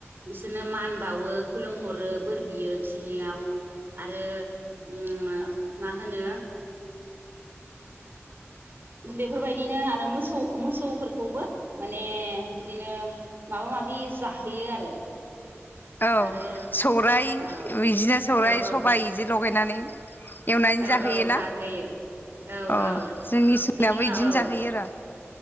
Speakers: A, on the right; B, on the left.
A: बिसोरनो मान बावो खुलुमहरो बोर बियो बिसोरनियाव आरो उम मा होनो उम बेफोरबाय बिदिनो आरो मोसौ मोसौफोरखौबो माने बिदिनो माबा माबि जाहोयो आरो
B: औ
A: आरो
B: सौराय
A: औ
B: बिदिनो सौराय
A: औ औ
B: सबाइ बिदि लगायनानै <unintelligible> एवनानै
A: औ
B: जाहैयो
A: औ जाहोयो
B: ना
A: औ
B: अ
A: औ
B: जोंनि सिनायाबो
A: बिनि उनाव
B: बिदिनो
A: औ
B: जाहोयो आरो